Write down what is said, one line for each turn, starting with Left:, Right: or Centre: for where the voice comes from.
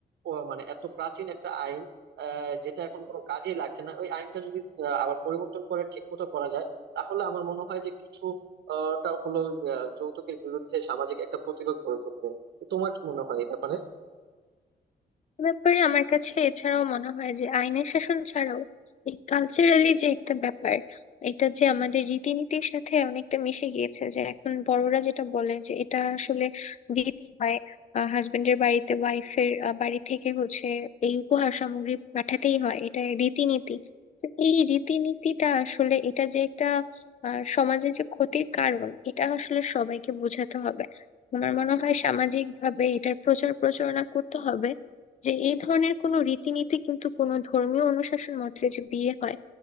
Right: ও মানে এত প্রাচীন একটা আইন আহ, যেটা এখন কোনো কাজেই লাগছে না ওই আইনটা যদি আহ, আবার পরিবর্তন করে ঠিক মতো করা যায় তাহলে আমার মনে হয় যে কিছু আহ, টা হলো আহ, যৌতুকের বিরুদ্ধে সামাজিক একটা প্রতিরোধ গড়ে তুলবে তো তোমার কি মনে হয় এই ব্যাপারে
Left: এ ব্যাপারে আমার কাছে এছাড়াও মনে হয় যে আইনের শাসন ছাড়াও এই কালচারালি যে একটা ব্যাপার এটা যে আমাদের রীতিনীতির সাথে অনেকটা মিশে গিয়েছে যে এখন বড়রা যেটা বলে যে এটা আসলে দিতেই হয় হাজবেন্ডের বাড়িতে ওয়াইফের বাড়ি থেকে হচ্ছে এই উপহার সামগ্রী পাঠাতেই হয় এটা রীতিনীতি তো এই রীতিনীতিটা আসলে এটা যে একটা আহ সমাজে যে ক্ষতির কারণ এটা আসলে সবাইকে বোঝাতে হবে আমার মনে হয় সামাজিক ভাবে এটার প্রচার প্রচারণা করতে হবে যে এই ধরনের কোনো রীতিনীতি কিন্তু কোনো ধর্মীয় অনুশাসন মতে যে বিয়ে হয়